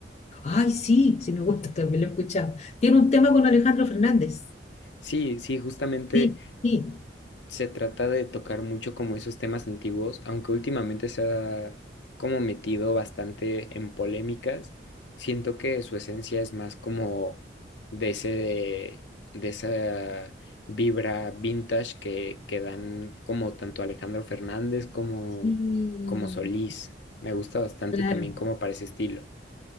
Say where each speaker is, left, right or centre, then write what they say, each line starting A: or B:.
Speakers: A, on the left; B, on the left.
A: Ay, sí, sí me gusta, también lo he escuchado. Tiene un tema con Alejandro Fernández.
B: Sí, sí, justamente
A: Sí, sí,
B: se trata de tocar mucho como esos temas antiguos, aunque últimamente se ha como metido bastante en polémicas. Siento que su esencia es más como de ese, de esa vibra vintage que, que dan como tanto Alejandro Fernández como,
A: sí,
B: como Solís. Me gusta bastante
A: claro.
B: también como para ese estilo.